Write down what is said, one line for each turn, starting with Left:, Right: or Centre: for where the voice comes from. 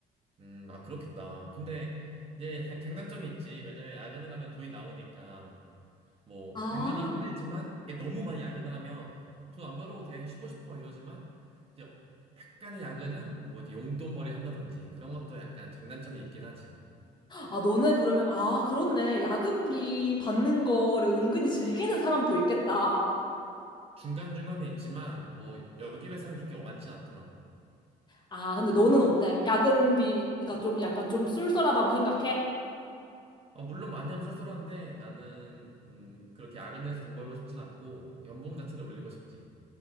Right: 음, 아, 그렇겠다. 근데 이제 장- 장단점이 있지. 왜냐면 야근을 하면 돈이 나오니까. 뭐
Left: 아,
Right: 당연히 힘들지만 이게 너무 많이 야근을 하면 돈 안 벌어도 돼 쉬고 싶어 이러지만 이제 약간의 야근은 뭐 이제 용돈벌이 한다든지 그런 것도 약간 장단점이 있긴 하지
Left: 아, 너네 그러면, 아, 그렇네. 야근비 받는 거를 은근히 즐기는 사람도 있겠다.
Right: 중간중간에 있지만 뭐 여기 회사는 그렇게 많진 않더라고
Left: 아, 근데 너는 어때? 야근비가 좀 약간 좀 쏠쏠하다고 생각해?
Right: 아, 물론 많이 하면 쏠쏠한데 나는 음, 그렇게 야근해서 돈 벌고 싶진 않고 연봉 자체를 올리고 싶지